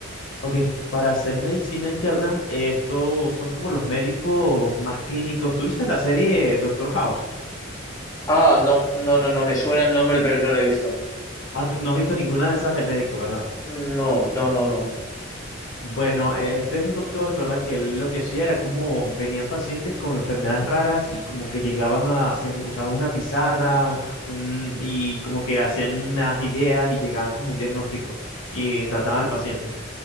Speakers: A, on the left; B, on the left.
A: Ok, para hacer medicina interna, eh, estos son como los médicos más clínicos. ¿Tuviste la serie Doctor House?
B: Ah, no, no, no, no, me suena el nombre, pero no lo he visto.
A: ¿Has- No has visto ninguna de esas de médicos, ¿verdad?
B: No, no, no, no.
A: Bueno, eh, este es un doctor, ¿verdad? Que él lo que hacía era como venían pacientes con enfermedades raras y como que llegaban a, hacían, usaban una pizarra un, un- y como que hacían unas ideas y llegaban como un diagnóstico y trataban al paciente.